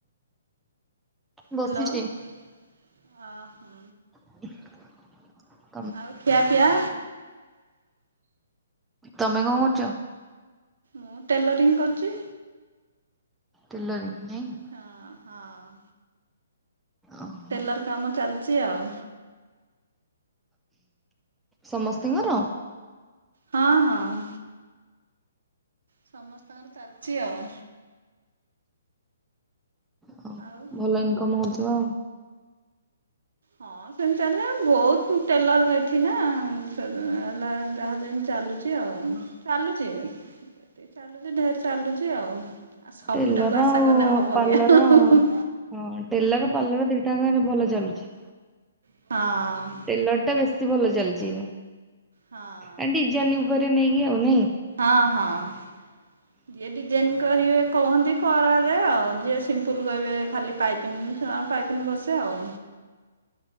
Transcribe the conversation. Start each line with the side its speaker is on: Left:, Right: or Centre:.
Centre: ବସିଛି।
Right: ହ୍ୟାଲୋ ଅ ହଁ।
Centre: <inaudible>
Right: ଆଉ ଖିଆ ପିଆ?
Centre: ତମେ କଣ କରୁଛ?
Right: ମୁଁ ଟେଲରିଂ କରୁଛି।
Centre: ଟେଲରିଙ୍ଗ ନାଇଁ।
Right: ହଁ ହଁ।
Centre: ଓହୋ।
Right: ଟେଲର କାମ ଚାଲିଛି ଆଉ।
Centre: ସମସ୍ତଙ୍କର।
Right: ଆଉ ହଁ ହଁ। ସମସ୍ତଙ୍କର ଚାଲିଛି ଆଉ।
Centre: ହଁ
Right: ଆଉ
Centre: ଭଲ ଇନକମ୍ ହଉଥିବ ଆଉ।
Right: ହଁ ସେମ୍ ଚାଲେ ବହୁତ ଟେଲର ହେଇଛି ନା ହେଲା ଯାହା ଯେମିତି ଚାଲୁଛି। ଆଉ ଚାଲୁଛି ଏତି ଚାଲୁଛି ଢେର ଚାଲୁଛି ଆଉ। ଆ ସବୁଟାକୁ
Centre: ଟେଲର
Right: ଆଶା
Centre: ଆଉ
Right: କରିନା ହବ
Centre: ପାର୍ଲର
Right: କି।
Centre: ହଁ ଟେଲର ପାର୍ଲର ଦିଟାରେ ଭଲ ଚାଲୁଛି।
Right: ହଁ।
Centre: ଟେଲର ଟା ବେଶୀ ଭଲ ଚାଲିଛି।
Right: ହଁ
Centre: ଆ ଡିଜାଇନ ଉପରେ ନେଇକି ଆଉ ନାଇଁ?
Right: ହଁ ହଁ ଯଦି ଡିଯାଇନ୍ କରିବେ କହନ୍ତି କରାଯାଏ ଆଉ ଯିଏ ସିମ୍ପଲ୍ କହିବେ ଖାଲି ପାଇପିନି ଆ ପାଇପିନି ବସେ ଆଉ।